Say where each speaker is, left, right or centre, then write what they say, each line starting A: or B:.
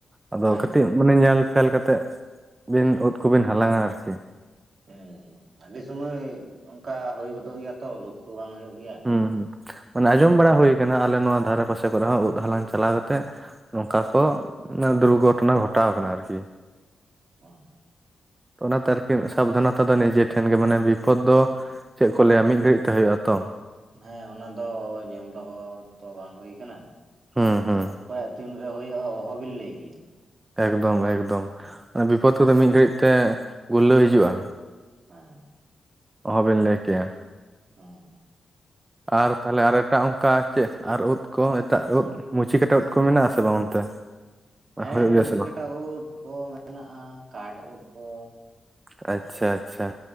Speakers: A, on the right; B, on the right.
A: ᱟᱫᱚ
B: ᱦᱮᱸ
A: ᱠᱟᱹᱴᱤᱡ ᱢᱟᱱᱮ ᱧᱮᱞ ᱯᱷᱮᱞ ᱠᱟᱛᱮᱫ ᱵᱤᱱ ᱩᱫ ᱠᱚ ᱵᱤᱱ ᱦᱟᱞᱟᱝ-ᱟ ᱟᱨᱠᱤ
B: ᱦᱮᱸ ᱟᱹᱰᱤ ᱥᱚᱢᱚᱭ ᱚᱱᱠᱟ ᱦᱚᱭ ᱜᱚᱫᱚᱜ ᱜᱮᱭᱟ ᱛᱚ ᱞᱩ.... ᱠᱩ ᱵᱟᱝ ᱦᱚᱭᱚᱜ ᱜᱮᱭᱟ
A: ᱦᱩᱸ ᱦᱩᱸ ᱢᱟᱱᱮ ᱟᱸᱡᱚᱢ ᱵᱟᱲᱟ
B: ᱩᱫ
A: ᱦᱩᱭ ᱟᱠᱟᱱᱟ ᱟᱞᱮ ᱱᱚᱶᱟ ᱫᱷᱟᱨᱮ ᱯᱟᱥᱮ ᱠᱚᱨᱮ ᱦᱚᱸ ᱩᱫ ᱦᱟᱞᱟᱝ ᱪᱟᱞᱟᱣ ᱠᱟᱛᱮ ᱱᱚᱝᱠᱟ ᱠᱚ ᱫᱩᱨ ᱜᱷᱚᱴᱚᱱᱟ ᱜᱷᱚᱴᱟᱣ ᱟᱠᱟᱱᱟ ᱟᱨᱠᱤ
B: ᱚᱸᱻ
A: ᱚᱱᱟᱛᱮ ᱟᱨᱠᱤ ᱥᱟᱵᱫᱷᱟᱱ ᱟᱛᱮ ᱫᱚ ᱱᱤᱡᱮ ᱴᱷᱮᱱ ᱜᱮ ᱢᱟᱱᱮ ᱵᱤᱯᱚᱛ ᱫᱚ ᱪᱮᱫ ᱠᱚ ᱞᱟᱹᱭ-ᱟ ᱢᱤᱫ ᱜᱷᱟᱹᱲᱤᱡ ᱛᱮ ᱦᱩᱭᱚᱼᱟ ᱛᱚ
B: ᱦᱮᱸ ᱚᱱᱟ ᱫᱚ ᱧᱮᱞ ᱫᱚᱦᱚ ᱛᱚ ᱵᱟᱝ ᱦᱩᱭ ᱟᱠᱟᱱᱟ
A: ᱦᱩᱸ ᱦᱩᱸ᱾
B: ᱚᱠᱚᱭᱟᱜ ᱛᱤᱱ ᱨᱮ ᱦᱩᱭᱩᱜ-ᱟ ᱚᱦᱚ ᱵᱤᱱ ᱞᱟᱹᱭ ᱠᱮᱭᱟ᱾
A: ᱮᱠᱫᱚᱢ ᱮᱠᱫᱚᱢ ᱚᱱᱟ ᱵᱤᱯᱚᱫ ᱠᱚᱫᱚ ᱢᱤᱫ ᱜᱷᱟᱹᱲᱤᱡ ᱛᱮ ᱜᱩᱞᱞᱟᱹᱣ ᱦᱤᱡᱩᱜ-ᱟ᱾
B: ᱦᱩᱸ᱾
A: ᱚᱦᱚ ᱵᱮᱱ ᱞᱟᱹᱭ ᱠᱮᱭᱟ᱾
B: ᱦᱩᱸ᱾
A: ᱟᱨ ᱛᱟᱦᱞᱮ ᱟᱨ ᱮᱴᱟᱜ ᱚᱱᱠᱟ ᱪᱮᱫ ᱟᱨ ᱩᱫ ᱠᱚ ᱮᱴᱟᱜ ᱩᱫ ᱢᱩᱪᱤ ᱠᱟᱴᱟ ᱩᱫ ᱠᱚ ᱢᱮᱱᱟᱜ-ᱟ ᱥᱮ ᱵᱟᱝ ᱚᱱᱛᱮ?
B: ᱦᱮᱸ
A: ᱦᱩᱭᱩᱜ ᱜᱮᱭᱟ
B: ᱢᱩᱪᱤ
A: ᱥᱮ ᱵᱟᱝ?
B: ᱠᱟᱴᱟ ᱩᱫ ᱠᱚ ᱢᱮᱱᱟᱜ-ᱟ ᱠᱟᱴ ᱩᱫ ᱠᱚ᱾
A: ᱟᱪᱪᱷᱟ ᱟᱪᱪᱷᱟ᱾